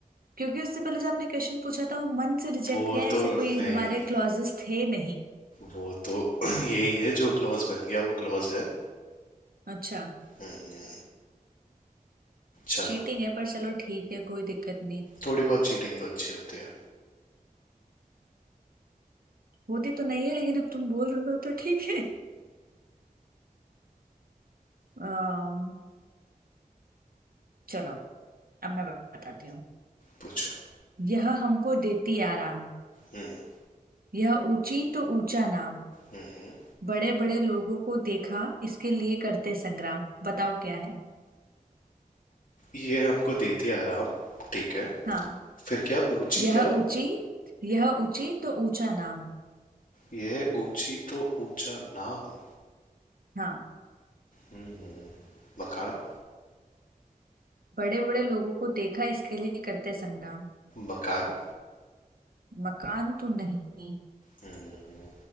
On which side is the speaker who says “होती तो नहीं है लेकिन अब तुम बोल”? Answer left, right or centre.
Right